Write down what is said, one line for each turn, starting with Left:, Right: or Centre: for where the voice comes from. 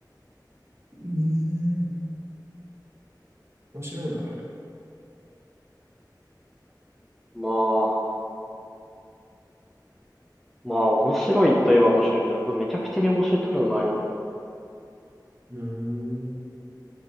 Right: ーん。面白いな、あれ。
Centre: まあ、まあ面白いといえば面白いけど、めちゃくちゃに面白いってことでもないな。
Right: うーん。